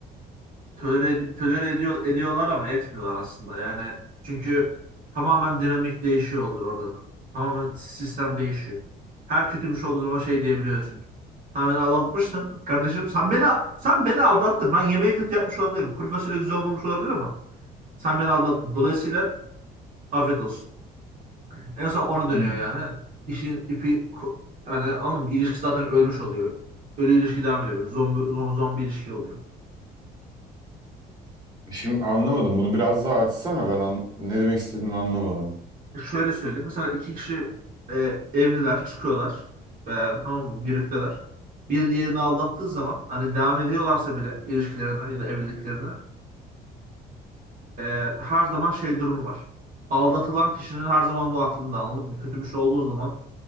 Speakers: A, on the right; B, on the right.
A: tolere, tolere ediyor, ediyorlar ama etmiyorlar aslında. Yani çünkü tamamen dinamik değişiyor oluyor orada. Tamamen sistem değişiyor. Her kötü bir şey olduğu zaman şey diyebiliyor çünkü. Sen beni aldatmıştın. Kardeşim sen beni sen beni aldattın. Ben yemeği kötü yapmış olabilirim. Kuru fasulye güzel olmamış olabilir ama sen beni aldattın. Dolayısıyla afiyet olsun. En son ona
B: Hmm.
A: dönüyor yani. İşin ipi ko- yani anladın mı? İlişki zaten ölmüş oluyor. Ölü ilişki devam ediyor böyle. Zombi, zombi ilişki oluyor.
B: Şimdi anlamadım. Bunu biraz daha açsana. Ben an- ne demek istediğini anlamadım.
A: şöyle söyleyeyim. Mesela iki kişi e, evliler, çıkıyorlar. E, tamam mı? Birlikteler. Bir diğerini aldattığı zaman hani devam ediyorlarsa bile ilişkilerine ya da evliliklerine e, her zaman şey durumu var. Aldatılan kişinin her zaman bu aklında anladın mı? Kötü bir şey olduğu zaman